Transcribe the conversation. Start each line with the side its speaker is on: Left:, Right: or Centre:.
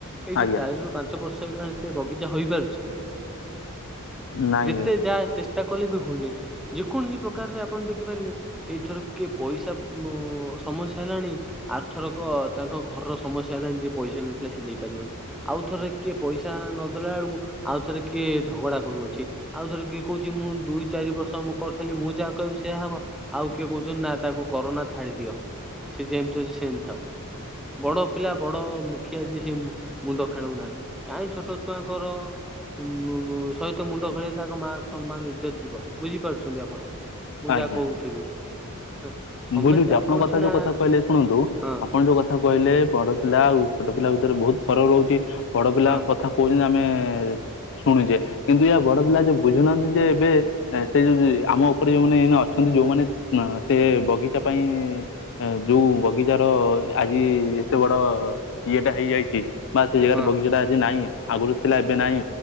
Centre: ଏଇଠି
Left: ଆଜ୍ଞା
Centre: ଚାରିରୁ ପାଞ୍ଚ ବର୍ଷ ହେଇଗଲାଣି ସେ ବଗିଚା ହୋଇପାରୁଛି
Left: ନାଇଁ
Centre: ଯେତେ ଯା ଚେଷ୍ଟା କଲେ ବି ହଉନି ଯେକୌଣସି ପ୍ରକାରରେ ଆପଣ ଦେଖିପାରିବେ ଏଇଥର କିଏ ପଇସା ସମସ୍ୟା ହେଲାଣି ଆରଥରକ ତାଙ୍କ ଘରର ସମସ୍ୟା ହେଲାଣି ଯିଏ ପଇସା ନେଇଥିଲା ସେ ଦେଇ ପାରିବନି ଆଉ ଥରେ କିଏ ପଇସା ନଦେଲା ବେଳକୁ ଆଉ ଥରେ କିଏ ଝଗଡା କରୁଅଛି ଆଉ ଥରେ କିଏ କହୁଛି ମୁଁ ଦୁଇ ଚାରି ବର୍ଷ କରିଥିଲି ମୁଁ ଯାହା କହିବି ସେୟଆ ହବ ଆଉ କିଏ କହୁଛନ୍ତି ନା ତାକୁ କରୋନା ଛାଡି ଦିଅ ସେ ଯେମିତି ଅଛି ସେମିତି ଥାଉ ବଡ ପିଲା ବଡ ମୁଖିଆ ଅଛି ସେ ମୁଣ୍ଡ ଖେଳଉ ନାହାନ୍ତି କାହିଁ ଛୋଟ ଛୁଆଙ୍କର ଅ ହ ହ ସହିତ ମୁଣ୍ଡ ଖେଳେଇ ତାଙ୍କ ମା ଇଜତ ଯିବ ବୁଝିପାରୁଛନ୍ତି ଆପଣ ମୁଁ
Left: ଆଜ୍ଞା
Centre: ଯାହା କହୁଥିବି ହଁ, ସମସ୍ତେ
Left: ବୁଝୁଛି ଆପଣଙ୍କ
Centre: ଆପଣ
Left: କଥା
Centre: ସିନା
Left: ଯୋଉ କଥା କହିଲେ ଶୁଣନ୍ତୁ
Centre: ହଁ
Left: ଆପଣ ଯୋଉ କଥା କଥା କହିଲେ ବଡ ପିଲା ଆଉ ଛୋଟ ପିଲା ଭିତରେ ବହୁତ ଫରକ ରହୁଛି ବଡ ପିଲା
Centre: ହଁ
Left: କଥା କହୁଛନ୍ତି ଆମେ ଶୁଣୁଛେ କିନ୍ତୁ ୟେ ବଡ
Centre: ହଁ
Left: ପିଲା ଯେ ବୁଝୁନାହାନ୍ତି ଯେ ଏବେ ସେ ଯୋଉ ଆମ ଉପରେ ଯୋଉମାନେ ଏ ଅଛନ୍ତି ଯୋଉମାନେ ସେ- ବଗିଚା ପାଇଁ ଯୋଉ ବଗିଚାର ଆଜି ଏତେ ବଡ଼- ଇଏଟା ହେଇଯାଇଛି ବା ସେଇ ଜାଗାରେ
Centre: ହଁ
Left: ବଗିଚାଟା ଆଜି ନାହିଁ ଆଗରୁ ଥିଲା ଏବେ ନାଇଁ